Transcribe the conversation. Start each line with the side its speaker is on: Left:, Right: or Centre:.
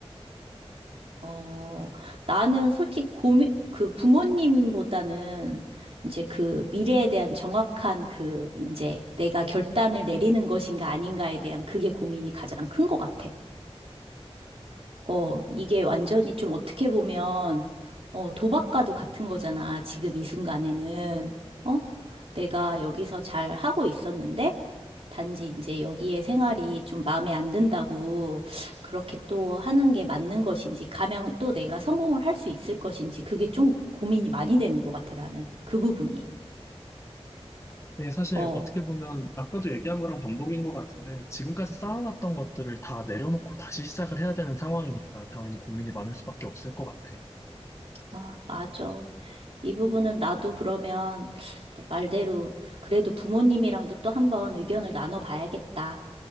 Right: 어, 나는 솔직히 고민, 그 부모님보다는 이제 그 미래에 대한 정확한 그 이제 내가 결단을 내리는 것인가 아닌가에 대한 그게 고민이 가장 큰 것 같아. 어, 이게 완전히 좀 어떻게 보면, 어, 도박과도 같은 거잖아. 지금 이 순간에는. 어? 내가 여기서 잘 하고 있었는데, 단지 이제 여기에 생활이 좀 마음에 안 든다고 그렇게 또 하는 게 맞는 것인지, 가면 또 내가 성공을 할 수 있을 것인지, 그게 좀 고민이 많이 되는 것 같아, 나는. 그 부분이.
Left: 네, 사실
Right: 어,
Left: 어떻게 보면 아까도 얘기한 거랑 반복인 것 같은데 지금까지 쌓아왔던 것들을 다 내려놓고 다시 시작을 해야 되는 상황이니까 당연히 고민이 많을 수밖에 없을 것 같아.
Right: 아, 맞아. 이 부분은 나도 그러면 또 말대로 그래도 부모님이랑도 또 한번 의견을 나눠봐야겠다.